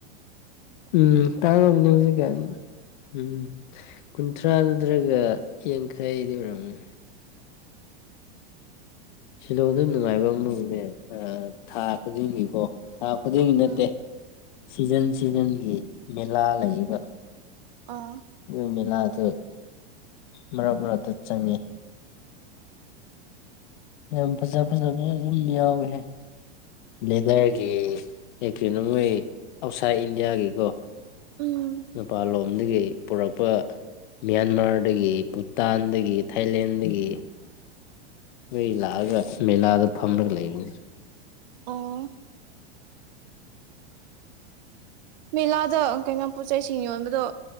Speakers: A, on the left; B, on the right.
A: ꯎꯝ ꯇ ꯑꯃꯃꯤꯅ ꯍꯧꯁꯤ ꯀꯅꯤ ꯎꯝ ꯀꯨꯟꯊ꯭ꯔꯥ ꯅꯠꯇ꯭ꯔꯒ ꯌꯥꯡꯈꯩꯗꯤ ꯑꯣꯏꯔꯝꯃꯦ ꯁꯤꯂꯣꯡꯗ ꯅꯨꯡꯉꯥꯏꯕ ꯑꯃꯅꯦ ꯊꯥ ꯈꯨꯗꯤꯡꯒꯤꯀꯣ ꯊꯥ ꯈꯨꯗꯤꯡꯒꯤ ꯅꯠꯇꯦ
B: ꯎꯝ
A: ꯁꯤꯖꯟ ꯁꯤꯖꯟꯒꯤ ꯃꯦꯂꯥ ꯂꯩꯕ
B: ꯑꯣ
A: ꯑꯗꯨ ꯃꯦꯂꯥ ꯑꯗꯨ ꯃꯔꯛ ꯃꯔꯛꯇ ꯆꯪꯉꯤ ꯌꯥꯝ ꯐꯖ ꯐꯖ ꯐꯖ ꯑꯗꯨꯝ ꯌꯥꯎꯋꯦ ꯂꯤꯦꯗꯔꯒꯤ ꯀꯩꯅꯣ ꯃꯣꯏ ꯑꯥꯎꯠꯁꯥꯏꯠ ꯏꯟꯗꯤꯌꯥꯒꯤꯀꯣ
B: ꯎꯝ
A: ꯅꯦꯄꯥꯥꯂꯣꯗꯒꯦ ꯄꯨꯔꯛꯄ ꯃꯌꯥꯟꯃꯥꯔꯗꯒꯤ ꯚꯨꯇꯥꯟꯗꯒꯤ ꯊꯥꯏꯂꯦꯟꯗꯒꯤ ꯅꯣꯏ ꯂꯥꯛꯑꯒ ꯃꯦꯂꯥꯗ ꯐꯝꯂꯒ ꯂꯩꯕꯅꯤ
B: ꯑꯣ ꯃꯦꯂꯥꯗ ꯀꯩꯅꯩꯅꯣ ꯄꯣꯠ ꯆꯩꯁꯤꯡ ꯌꯣꯟꯕꯗꯣ